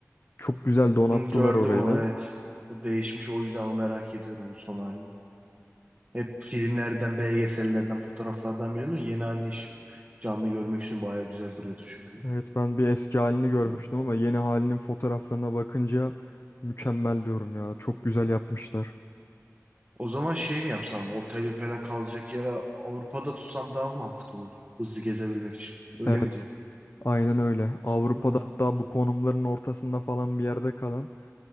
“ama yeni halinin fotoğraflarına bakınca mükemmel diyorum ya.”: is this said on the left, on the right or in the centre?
Left